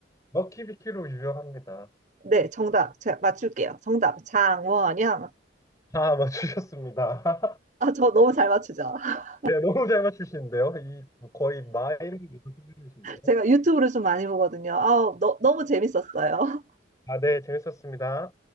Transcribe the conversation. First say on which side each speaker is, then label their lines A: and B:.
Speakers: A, on the left (about 15°); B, on the right (about 40°).
A: 먹키비키로 유명합니다.
B: 네, 정답. 제가 맞출게요. 정답. 장원영.
A: 아 맞추셨습니다. <laughs>
B: 아, 저 너무 잘 맞추죠? <laughs>
A: 네 너무 잘 맞추시는데요. 이 거의 마인 수준이신데요.
B: 제가 유튜브를 좀 많이 보거든요. 아, 너, 너무 재밌었어요.
A: 아 네 재밌었습니다.